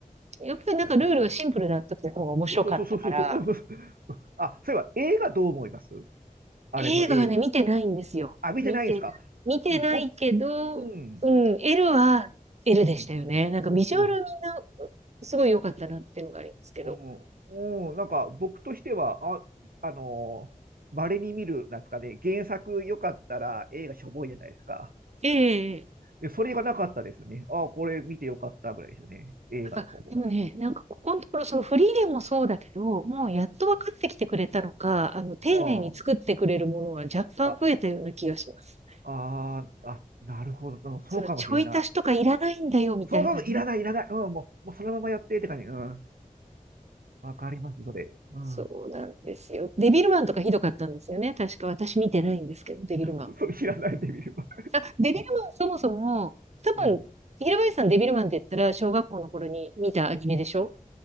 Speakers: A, on the right; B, on the right.
A: やっぱりなんかルールがシンプルだった方が面白かったから、
B: 確かに、確かに。そうそうそうそうそう。<laughs> うんあ、そういえば、映画どう思いますあれの映画。
A: 映画はね、見てないんですよ。
B: あ、見てないですか
A: 見てない。見てないけど、
B: 僕、うん、
A: うん、L は L でしたよね。
B: うん、
A: なんかビジュアルみんな
B: うん、
A: すごい良かったなっていうのがあるんですけど。
B: うん、うんなんか僕としては、あ、あのー、稀に見る、なんですかね、原作よかったら映画しょぼいじゃないですか。
A: ええ
B: で、それがなかったですね。ああ、これ見てよかったぐらいですよね。映画の方も。
A: あ、でもね、なんかここのところ、そのフリーレンもそうだけど、もうやっと分かってきてくれたのか、あの、丁寧に作ってくれるものは若干増えたような気がします。
B: うん。あああ、ああ、なるほど。うんそうかもしれな
A: そのちょい足しとかいらないんだよ、みたいなね。
B: い。そうそうそう、いらない、いらない。うん、もう、もうそのままやってって感じ。うん。わかります、それ。うん。
A: そうなんですよ。デビルマンとかひどかったんですよね。確か私見てないんですけど、デビルマン。
B: <laughs> それ知らないで見れば。
A: あ、デビルマンそもそも、多分、
B: うん。
A: 平林さんデビルマンって言ったら小学校の頃に見たアニメでしょ